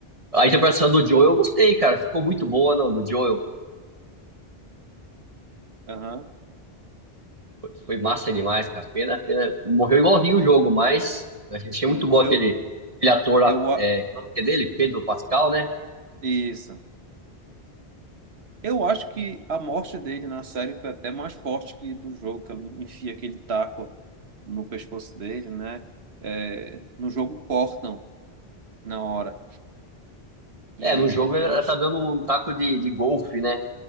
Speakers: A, on the right; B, on the right.
A: A interpretação do Joel eu gostei, cara. Ficou muito boa, não, do Joel.
B: aham,
A: Foi, foi massa demais, cara. Pena, pena. Morreu igualzinho o jogo, mas achei achei
B: sim,
A: muito bom
B: eu,
A: aquele, aquele ator lá,
B: eu. a-
A: é, como é que é dele? Pedro Pascal, né?
B: Isso. Eu acho que a morte dele na série foi até mais forte que do jogo, que ele enfia aquele taco no pescoço dele, né? É, no jogo cortam na hora. E
A: É, no jogo ela
B: eu acho.
A: tá dando um taco de, de golfe, né?